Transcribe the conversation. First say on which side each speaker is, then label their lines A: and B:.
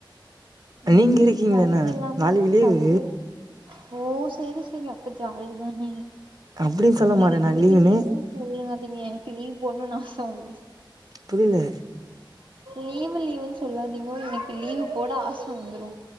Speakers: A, on the right; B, on the right.
A: நைட்
B: நீங்க
A: எப்டி
B: இருக்கீங்கதாண்ண
A: கரண்ட் இல்லாம
B: நாளைக்கு லீவு
A: சர்து ஓ செரி செரி அப்ப ஜாலிதா நீங்க
B: அப்டின்னு சொல்ல
A: நீங்க
B: மாட்டே நா
A: லீவு
B: லீவுன்னு
A: லீவுன் சொல்லாதீங்க எனக்கு லீவ் போட்ணுனு ஆச வந்துரு
B: புரியில
A: லீவு லீவுன் சொல்லாதீங்க எனக்கு லீவு போட ஆச வந்துரு